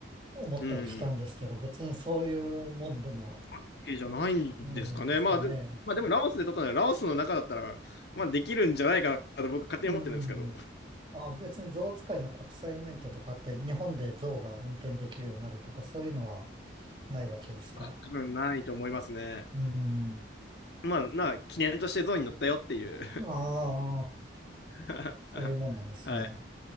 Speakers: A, on the right (about 25°); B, on the left (about 60°).
A: 思ったりしたんですけど、
B: うんうん。
A: 別にそういうもんでも
B: OK じゃないんですかね。
A: ないんですかね。
B: まあ、で、まあ、でもラオスで取ったので、ラオスの中だったら、まあ、できるんじゃないかなと僕勝手に思ってるんですけど。
A: うん。あ、別に象使いの国際免許とかって日本で象が運転できるようになるとかそういうのはないわけですか。
B: まあ、多分ないと思いますね。
A: うん。
B: まあ、な、記念としてゾウに乗ったよっていう。
A: ああ、
B: <laughs>
A: そういうもんなんですね。
B: はい。